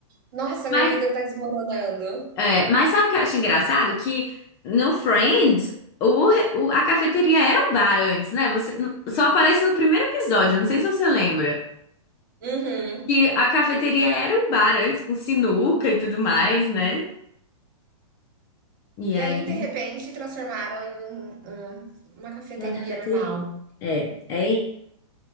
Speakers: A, on the right (about 35°); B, on the left (about 15°).
A: Nossa,
B: Mas,
A: minha vida tá desmoronando.
B: é, mas sabe o que eu acho engraçado? Que no Friends, o, re- o- a cafeteria era um bar antes, né? Você, no- só aparece no primeiro episódio, não sei se você lembra.
A: Uhum.
B: que a cafeteria era um bar antes, com sinuca e tudo mais, né? E
A: E
B: aí,
A: aí, de repente, transformaram em um- um, uma cafeteria
B: uma cafeteria.
A: normal.
B: É, é isso.